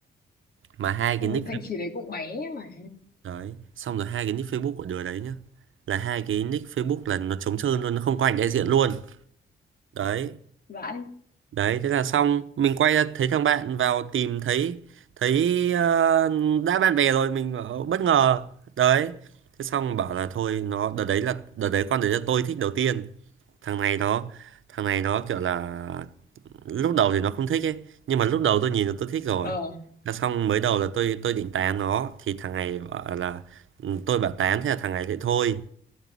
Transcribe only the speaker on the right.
mà hai cái
nick
Đấy, xong rồi hai cái nick Facebook của đứa đấy nhá. Là hai cái nick Facebook là nó trống trơn luôn, nó không có ảnh đại diện luôn. Đấy,
đấy thế là xong, mình quay ra thấy thằng bạn vào tìm thấy thấy ờ, đã bạn bè rồi mình bảo, bất ngờ. Đấy. Thế xong bảo là thôi nó đợt đấy là đợt đấy con đấy là tôi thích đầu tiên. Thằng này nó thằng này nó kiểu là lúc đầu thì nó không thích ấy nhưng mà lúc đầu tôi nhìn là tôi thích rồi
là xong mới đầu là tôi tôi định tán nó thì thằng này bảo là ừ, tôi bảo tán thế là thằng này lại thôi